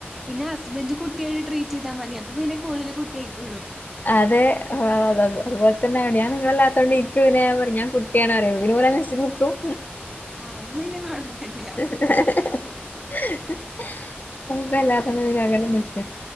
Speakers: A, in the centre; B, on the left.
A: പിന്നെ ഹസ്ബൻഡ് കുട്ടിയായ ട്രീറ്റ് ചെയ്താൽ മതി അപ്പൊ പിന്നെ കൂട്തല് കുട്ട്യയ്ക്കൂലോ.
B: അതെ അതത് അതുപോലെ തന്നെയാണ് ഞാ നിങ്ങളല്ലാത്തതോണ്ട് ഇരിക്ക പിന്നെ ഞാൻ പറഞ്ഞ ഞാൻ കുട്ടി കുട്ടിയണേ വിനോല സിംർക്കും
A: ആഹ് അമ്മ പിന്നെ കുഴപ്പല്യാ
B: <inaudible> നപ്പ എല്ലാത്തതികെ അങ്ങനെ നിക്ക